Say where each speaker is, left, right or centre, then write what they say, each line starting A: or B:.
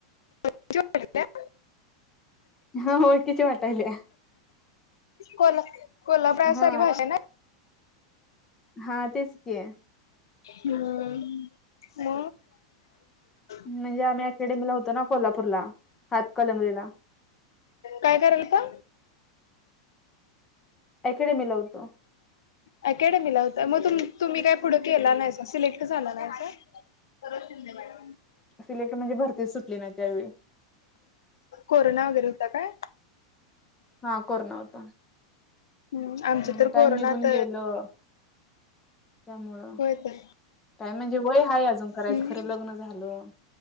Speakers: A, on the left; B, on the left.
A: <inaudible>
B: हा ओळखीचे वाटलिया.
A: कोल कोल्हापुर
B: हा
A: सारखेभाषा ना.
B: हा तेच की
A: <unintelligible> हम्म
B: म्हणजे
A: <inaudible>
B: आम्ही अकेडेमीला होतो ना कोल्हापूरला हातकणंगलेला.
A: काय कराेल <inaudible>
B: अकॅडमी ला होतो.
A: अकॅडमीला होत मग तुम्ही काय पुढं केला नाही सा, सिलेक्ट झाला नाही सा. कर शिंदे मॅडम.
B: सिलेक्ट म्हणजे भरतीच सुटली नाही त्यावेळी,
A: कोरोना वगैरे होता काय?
B: हा कोरोना होता.
A: हम्म आमच
B: आणि
A: तर
B: टाइम
A: कोरोनात
B: निघून गेलं त्यामुळं,
A: होय तर
B: काय म्हणजे वय हाय अजून करायचं
A: हम्म
B: खरं लग्न झालं.